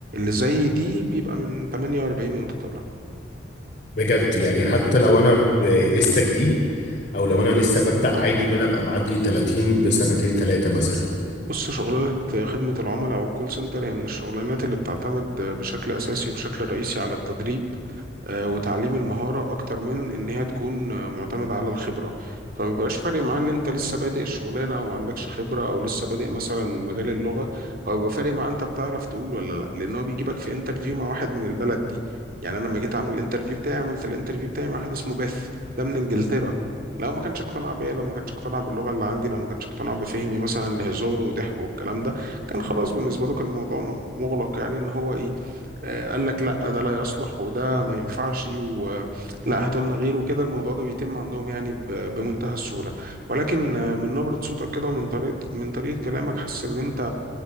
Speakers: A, on the right; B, on the left.
A: زي دي بيبقى من 48 وانت طالع
B: بجد يعني حتى لو انا ب... لسه جديد او لو انا لسه ببدأ عادي ان انا ابقى معدي 30 بسنتين ثلاثة مثلا
A: بص شغلانة خدمة العملاء أو الكول سنتر هي من الشغلانات اللي بتعتمد بشكل أساسي وبشكل رئيسي على التدريب آه، وتعليم المهارة أكتر من إن هي تكون آه، معتمدة على الخبرة فما بيبقاش فارق معاه إن أنت لسه بادئ الشغلانة أو ما عندكش خبرة أو لسه بادئ مثلا مجال اللغة هو بيبقى فارق معاه أنت بتعرف تقول ولا لأ لأن هو بيجيبك في انترفيو مع واحد من البلد دي يعني أنا لما جيت أعمل الانترفيو بتاعي عملت الانترفيو بتاعي مع واحد اسمه بيث ده من إنجلترا لو ما كانش اقتنع بيا لو ما كانش اقتنع باللغة اللي عندي لو ما كانش اقتنع بفهمي مثلا لهزار وضحك والكلام ده كان خلاص بالنسبة له كان الموضوع م- مغلق يعني ان هو ايه آه، قال لك لا ده لا يصلح وده ما ينفعش ولا هاتوا لنا غيره كده الموضوع ده بيتم عندهم يعني ب- بمنتهى السهولة ولكن آه، من نبرة صوتك كده ومن طريقة من طريقة كلامك حاسس ان انت